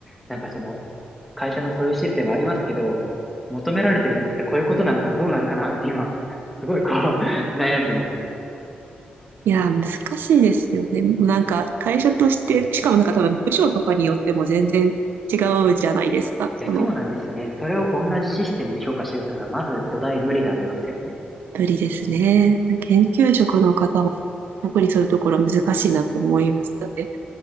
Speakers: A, in the centre; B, on the right.
A: なんかその会社のそういうシステムありますけど、求められてるのってこういうことなんかな、どうなんかなって今、すごいこう <laughs> 悩んでます。
B: いやー、難しいですよね。なんか、会社として、しかもなんか多分部署とかによっても全然違うじゃないですか。その、
A: いや、そうなんですよね。それを同じシステムで評価しようっていうのがまず土台無理がありますよね。
B: ぶりですね。研究職の方は、特にそういうところ難しいなと思います。だって、